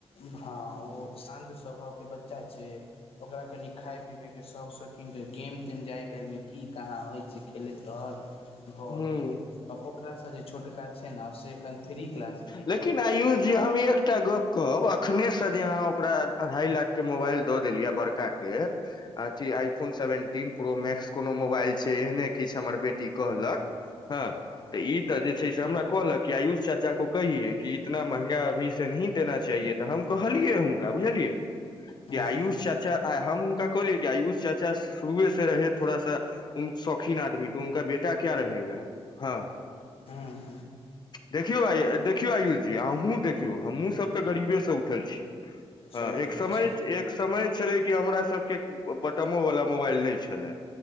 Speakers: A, on the left; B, on the left.
A: भा ओ शान्त स्वभाव कऽ बच्चा छै ओकरा कनि खाय पिबेक केँ शौक शौकिन जे गेम तेम जे आइ काइल में की कहाँ होइ छै खेलैत रहल
B: हूँ
A: भए गेलै अ ओकरा स जे छोटका छै न से अखन थ्री क्लास
B: लेकिन आयुष जी हम एक एकटा गप कहब अखने से जे अहाँ ओकरा अड़ाई लाख केँ मोबाइल दऽ देलियै बड़का केँ अथी iPhone seventeen pro max कोनो मोबाइल छै एहने किछ हमर बेटी कहलक हँ ई तऽ जे छै से हमरा कहलक कि आयुष चाचा को <unintelligible> तऽ हम कहलियै हुनका बुझलियै कि
A: हँ
B: आयुष चाचा आ हम हुनका कहलियै कि आयुष चाचा शुरुए से रहे थोड़ा सा उन शौकीन आदमी तऽ <unintelligible>
A: <unintelligible>
B: <inaudible> देखियौ आइ देखियौ आयुष जी अहूँ देखियौ हमहूँ सब तऽ गरीबे स उठल छी हऽ
A: सही
B: एक
A: बात
B: समय
A: छै
B: एक समय छलै कि हमरा सब केँ बटमो वाला मोबाइल नै छलै